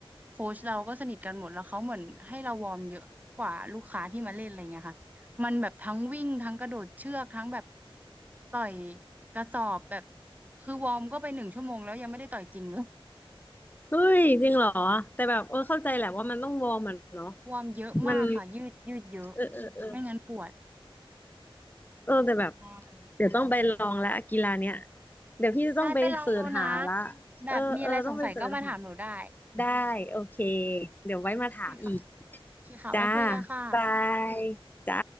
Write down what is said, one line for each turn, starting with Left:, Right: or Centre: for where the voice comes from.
Right: โค้ชเราก็สนิทกันหมดแล้วเขาเหมือนให้เราวอร์มเยอะกว่าลูกค้าที่มาเล่นอะไรเงี้ยค่ะมันแบบทั้งวิ่งทั้งกระโดดเชือกทั้งแบบต่อยกระสอบแบบคือวอร์มก็ไปหนึ่งชั่วโมงแล้วยังไม่ได้ต่อยจริงเลย
Left: เฮ้ยจริงเหรอแต่แบบเออเข้าใจแหละว่ามันต้องวอร์มอ่ะเนาะ
Right: วอร์มเยอะมากค่ะยืดยืดเยอะ
Left: มันเออเออเออ
Right: ไม่งั้นปวด
Left: เออแต่แบบ
Right: มาก
Left: เดี๋ยวต้องไปลองแล้วกีฬาเนี้ยเดี๋ยวพี่จะต้องไปเสิร์ชหาละ
Right: ใช่ไปลองดูนะแบบมีอะไรสงสัยก็มาถามหนูได้
Left: เออเออต้องไปเสิร์ชหาได้โอเคเดี๋ยวไว้มาถามอีก
Right: ใช่ค่ะโอเคค่ะไว้คุยกันค่ะ
Left: จ้าบายจ้า